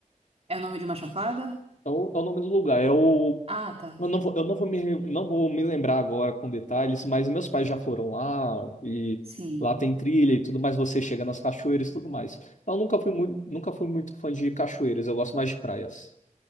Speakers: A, on the right (about 50°); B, on the left (about 70°).
A: é o nome de uma chapada?
B: É o, é o nome do lugar. É o,
A: Ah, tá.
B: eu não vou, eu não vou me, re- não vou me lembrar agora com detalhes, mas meus pais já foram lá e
A: Sim.
B: lá tem trilha e tudo mais. Você chega nas cachoeiras e tudo mais. Eu nunca fui muito, nunca fui muito fã de cachoeiras, eu gosto mais de praias.